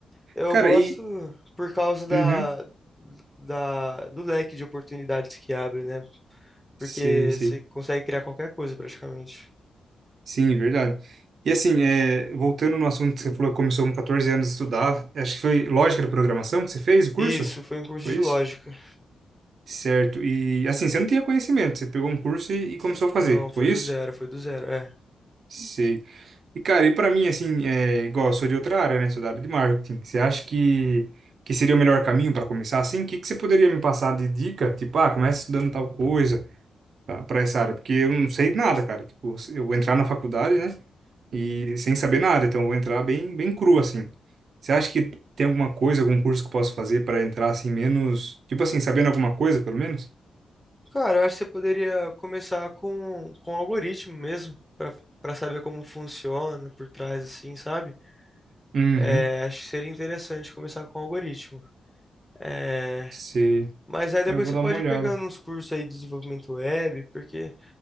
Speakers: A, in the centre; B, on the right (about 60°).
A: eu
B: Cara,
A: gosto
B: e...
A: por causa da,
B: Uhum.
A: da, do leque de oportunidades que abre, né?
B: Sei,
A: Porque
B: sei.
A: você consegue criar qualquer coisa praticamente.
B: Sim, verdade. E assim, é, voltando no assunto que você falou que começou com 14 anos a estudar, acho que foi lógica da programação que você fez o curso?
A: Isso, foi um curso
B: Foi
A: de lógica.
B: isso? Certo. E assim, você não tinha conhecimento, você pegou um curso e, e começou a fazer,
A: Não, foi
B: foi
A: do
B: isso?
A: zero, foi do zero, é.
B: Sei. E cara, e pra mim, assim, é, igual eu sou de outra área, né? Sou da área de marketing. Você acha que, que seria o melhor caminho para começar assim? O que, que você poderia me passar de dica? Tipo, ah, começa estudando tal coisa, para essa área, porque eu não sei nada, cara. Tipo, se- eu vou entrar na faculdade, né? E sem saber nada, então eu vou entrar bem, bem cru assim. Você acha que tem alguma coisa, algum curso que eu posso fazer para entrar assim menos, tipo assim, sabendo alguma coisa, pelo menos?
A: Cara, eu acho que você poderia começar com, com algoritmo mesmo, para para saber como funciona por trás, assim, sabe?
B: Uhum.
A: É, acho que seria interessante começar com algoritmo. É,
B: Sei.
A: Mas aí depois
B: É, Eu vou
A: você
B: dar
A: pode
B: uma olhada.
A: ir pegando uns cursos aí de desenvolvimento web, porque